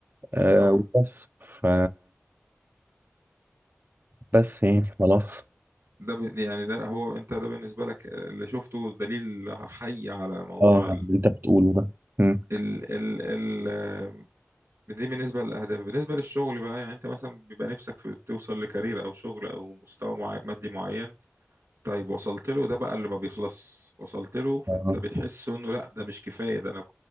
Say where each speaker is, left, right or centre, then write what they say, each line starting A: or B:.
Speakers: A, on the right; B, on the right.
A: آه
B: طبعا
A: وبس ف بس يعني خلاص
B: ده ب- يعني ده هو انت ده بالنسبة لك اللي شفته دليل حي على موضوع
A: اه اللي انت بتقوله ده مم.
B: ال ال ال دي بالنسبة للأهداف بالنسبة للشغل بقى يعني أنت مثلا بيبقى نفسك في توصل لكارير أو شغل أو مستوى معي مادي معين طيب وصلت له ده بقى اللي ما بيخلص وصلت له فأنت
A: اه
B: بتحس إنه لا ده مش كفاية ده أنا